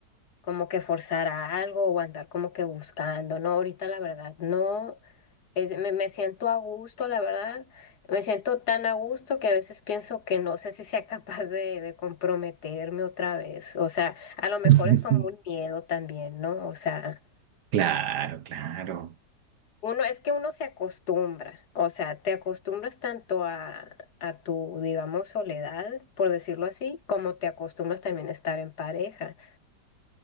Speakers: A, on the left; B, on the right.
A: como que forzar a algo o andar como que buscando, ¿no? Ahorita la verdad, no, es, me, me siento a gusto, la verdad, me siento tan a gusto que a veces pienso que no sé si sea <laughs> capaz de, de comprometerme otra vez, o sea, a lo mejor
B: <laughs>
A: es como un miedo también, ¿no? O sea...
B: Claro, claro.
A: Uno, es que uno se acostumbra, o sea, te acostumbras tanto a, a tu, digamos, soledad, por decirlo así, como te acostumbras también a estar en pareja.